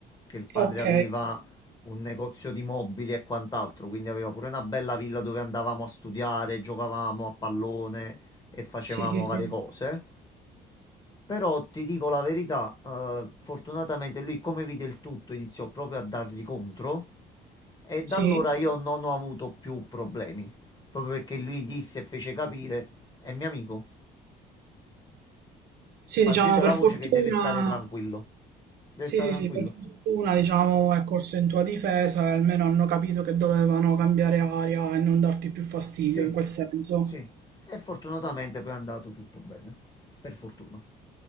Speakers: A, on the left; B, on the right.
A: che il padre
B: ok.
A: aveva un negozio di mobili e quant'altro, quindi aveva pure una bella villa dove andavamo a studiare, giocavamo a pallone e facevamo
B: Sì, sì,
A: varie
B: sì.
A: cose. Però ti dico la verità, eh, fortunatamente lui come vide il tutto iniziò proprio a dargli contro e da
B: Sì,
A: allora io non ho avuto più problemi, proprio perché lui disse e fece capire, è mio amico.
B: sì,
A: Spargete
B: diciamo per
A: la voce
B: fortuna,
A: che deve stare tranquillo. Deve
B: Sì,
A: stare
B: sì,
A: tranquillo.
B: sì, per fortuna, diciamo, è corso in tua difesa, e almeno hanno capito che dovevano cambiare aria e non darti più fastidio
A: Sì,
B: in quel senso.
A: sì. E fortunatamente poi è andato tutto bene. Per fortuna.